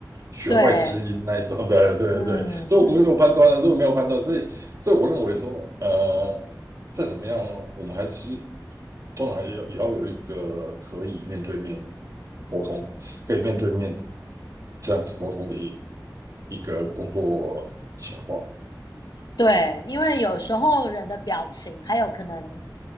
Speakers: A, on the right; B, on the left.
A: 弦外之音那一种的？
B: 对，
A: <laughs> 对对对，
B: 嗯，
A: 所以我没有判断啊所以我没有判断，所以所以我认为说，呃，再怎么样，我们还是通常还是要也要有一个可以面对面沟通，可以面对面这样子沟通的一一个工作情况。
B: 对，因为有时候人的表情，还有可能